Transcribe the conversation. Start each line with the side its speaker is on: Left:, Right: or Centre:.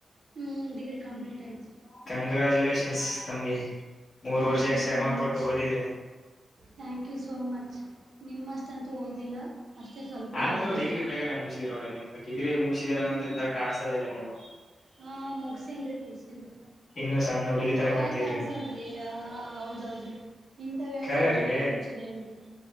Right: ಹ್ಮ ಡಿಗ್ರಿ ಕಂಪ್ಲೀಟ್ ಆಯ್ತು.
Left: ಕಂಗ್ರಾಜುಲೇಷನ್ಸ್ ತಮಗೆ ಮೂರ್
Right: ಥ್ಯಾಂಕ್
Left: ವರ್ಷ
Right: ಯು
Left: ಶ್ರಮ
Right: ಸೋ ಮಚ್
Left: ಪಟ್ಟು ಓದಿದ್ರಿ.
Right: ಥ್ಯಾಂಕ್ ಯು ಸೋ ಮಚ್ ನಿಮ್ಮಷ್ಟಂತೂ ಓದಿಲ್ಲ. ಅಷ್ಟೇ ಸ್ವಲ್ಪೇ
Left: ಆದ್ರೂ
Right: ಓದಿನಿ
Left: ಡಿಗ್ರಿ ಬೇಗನೆ ಮುಗಸಿದ್ರ ನೋಡಿ ನಿಮ್ ಡಿರಿ ಮುಗಿದೀರ
Right: ಹ್ಮ್
Left: ಅನ್ನೋಂತ ಕಾಣಸದ ಇಲ್ಲ ನೀವು.
Right: ಹಾ ಮುಗಸೇನ್ ರಿ ಮುಗಸೇನ್ ರಿ.
Left: ಇನ್ನು ಸಣ್ಣ ಹುಡುಗಿ
Right: ನಾ
Left: ತರ ಕಾಣ್ತಿದ್ರಿ
Right: ಯ ಕಾಣಸಲ್ರಿ
Left: ನೀವು
Right: ಆ ಹೌದ್ ಹೌದ್ರಿ. ಇಂಥ ವೇಳೆ
Left: ಖರೆ
Right: ಯಾರು
Left: ರೀ
Right: ಮನೆ ಮುಚ್ಚಿರಿ ಏನುರಿ.